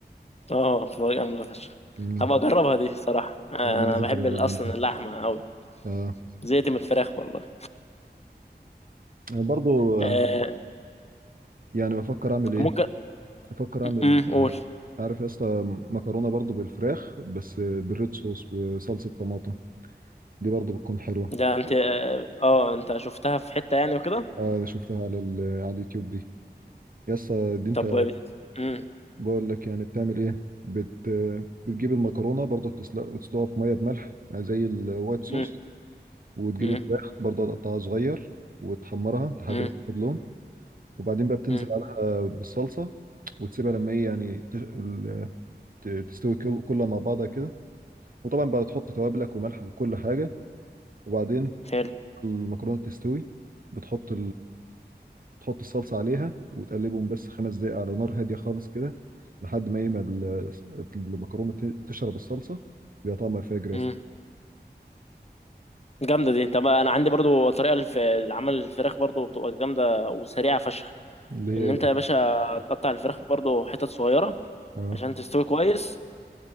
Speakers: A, on the left; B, on the right.
A: اه بتبقى جامدة فشخ
B: امم
A: هبقى اجربها دي صراحة آه،
B: لا، دي
A: انا
B: لازم
A: بحب
B: تجربها
A: ال- اصلا
B: انت
A: اللحمة قوي
B: اه
A: زهقت من الفراخ والله
B: أنا برضو
A: آه
B: آه، يعني بفكر اعمل ايه
A: ممكن
B: بفكر اعمل
A: امم قول
B: عارف يا اسطى مكرونه برضو بالفراخ بس آه، بالريد صوص بصلصه طماطم دي برضو بتكون حلوه
A: ده انت اه آه، انت شفتها في حتة يعني وكده
B: اه انا شفتها على ال- على اليوتيوب دي يا اسطى دي انت
A: طب بت... مم.
B: بقول لك يعني بتعمل ايه بت... بتجيب المكرونه برضه بتسلق وتسلقها في ميه بملح زي الوايت صوص
A: مم.
B: وتجيب
A: مم.
B: الفراخ برضه تقطعها صغير وتحمرها لحد
A: مم.
B: ما تاخد لون وبعدين بقى بتنزل
A: مم.
B: عليها بالصلصه وتسيبها لما ايه يعني تش... ال- ت- تستوي كل- كلها مع بعضها كده وطبعا بقى تحط توابلك وملح وكل حاجه وبعدين
A: حلو
B: المكرونه تستوي بتحط تحط الصلصة عليها وتقلبهم بس خمس دقايق على نار هادية خالص كده لحد ما يما ال- المكرونة ت- تشرب الصلصة بيبقى طعمها فاجر يا
A: مم.
B: اسطى
A: جامدة دي طب انا عندي برضو طريقة لف- لعمل الفراخ برضو بتبقى جامدة وسريعة فشخ
B: اللي هي
A: ان انت
B: بقى-
A: يا باشا تقطع الفراخ برضو حتت صغيرة
B: اه
A: عشان تستوي كويس